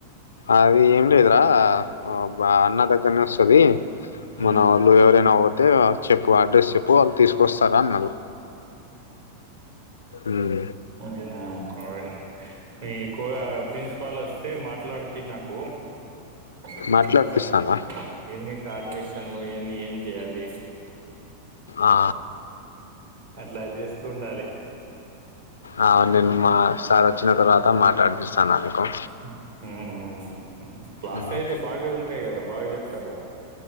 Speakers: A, on the left; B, on the right.
A: అది ఏం లేదురా బా అన్న దగ్గరనే వస్తది
B: హ్మ్.
A: మన వాళ్ళు ఎవరైనా పోతే చెప్పు అడ్రస్ చెప్పు వాళ్ళు తీసుకొస్తారు రా అన్నరు. ఉమ్మ్
B: ఉమ్ ఆ మీకు ప్రిన్సిపాల్ వస్తే మాట్లాడుపి నాకు <inaudible>
A: మాట్లాడిపిస్తానా
B: ఒకసారి ఎన్ని కా అడ్మిషన్లో ఏమో నే ఏం చేయాలి?
A: ఆ
B: అట్ల చేస్తూ ఉండు అది
A: ఆ నేను మా సార్ వచ్చిన తర్వాత మాట్లాడ్పిస్తా అన్న నీకు
B: ఉ ఉమ్మ్ ఉమ్ క్లాస్
A: ఉమ్.
B: అయితే బాగా ఉంటయి కదా బాగా చెప్తారు కదా